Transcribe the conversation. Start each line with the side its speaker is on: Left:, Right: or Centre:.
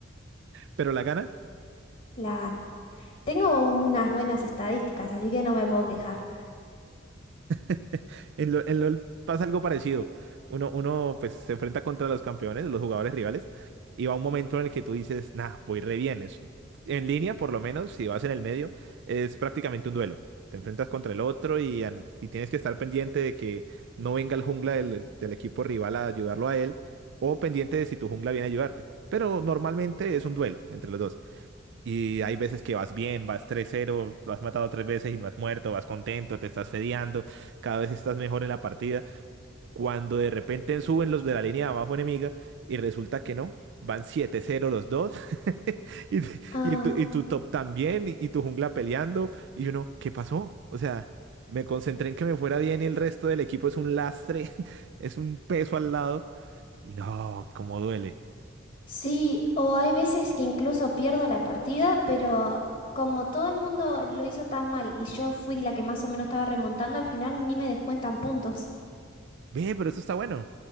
Right: ¿Pero la gana?
Left: La gano. Tengo unas buenas estadísticas, así que no me puedo quejar.
Right: <laughs> En, Lo- en LOL pasa algo parecido. Uno, uno pues se enfrenta contra los campeones, los jugadores rivales, y va un momento en el que tú dices, nah, voy re bien. Es- en línea, por lo menos, si vas en el medio, es prácticamente un duelo. Te enfrentas contra el otro y, an- y tienes que estar pendiente de que no venga el jungla del, del equipo rival a ayudarlo a él, o pendiente de si tu jungla viene a ayudarte. Pero normalmente es un duelo entre los dos. Y hay veces que vas bien, vas tres cero lo has matado tres veces y no has muerto, vas contento, te estás fedeando, cada vez estás mejor en la partida. Cuando de repente suben los de la línea de abajo enemiga y resulta que no, van siete cero los dos <laughs> y,
Left: Ay,
Right: y tu, y tu top también y, y tu jungla peleando y uno, ¿qué pasó? O sea, me concentré en que me fuera bien y el resto del equipo es un lastre, <laughs> es un peso al lado y no, cómo duele.
Left: sí, o hay veces que incluso pierdo la partida, pero como todo el mundo lo hizo tan mal y yo fui la que más o menos estaba remontando, al final ni me descuentan puntos.
Right: Ve, pero eso está bueno.